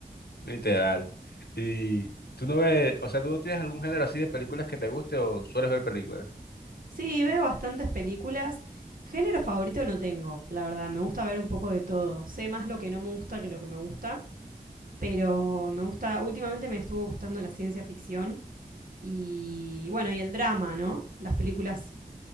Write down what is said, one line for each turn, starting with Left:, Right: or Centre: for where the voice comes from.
Left: Literal. Y tú no ves, o sea, tú no tienes algún género así de películas que te guste o sueles ver películas.
Right: Sí, veo bastantes películas. Género favorito no tengo, la verdad. Me gusta ver un poco de todo. Sé más lo que no me gusta que lo que me gusta. Pero me gusta, últimamente me estuvo gustando la ciencia ficción y bueno, y el drama, ¿no? Las películas